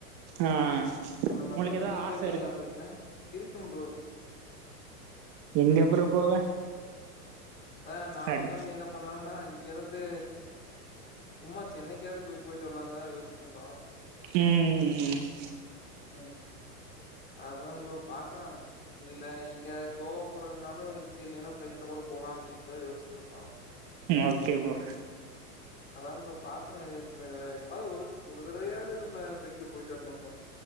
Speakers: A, on the right (about 40°); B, on the left (about 25°).
A: ஆ
B: அந்த மாறிதா
A: உங்களுக்கு
B: ப்ரோ
A: ஏதாவது
B: நீங்க
A: ஆச
B: போயிருக்கீங்ளா
A: இருக்கா
B: ஃப்ளைட்ல இருக்க ப்ரோ
A: எங்க ப்ரோ போவ
B: அ நானு
A: அட
B: தம்பியு என்ன பண்ணோன்னா இருந்து சும்மா சென்னைக்காது போய் போயிட்டு வரலான்னு தா யோசிச்ட்டு இருந்தோ
A: ம் ம் ம்
B: ம் அத்தா ப்ரோ பாக்கலா ம் இல்ல எங்கயாது கோவா போறதுனாலு இச்ச இல்லன்னா ஃப்ளைட்ல கூட போலா அப்டின்னு தா யோச்சிட்டு இருக்கோ
A: ம் ஓக்கே ப்ரோ
B: அத்தா ஃப்ரோ பாக்கணு எப் எப்பாவது ஒரு ஒரு தடவையாவது நம்ம ஃப்ளைட்ல போயிட்டு வரணு ப்ரோ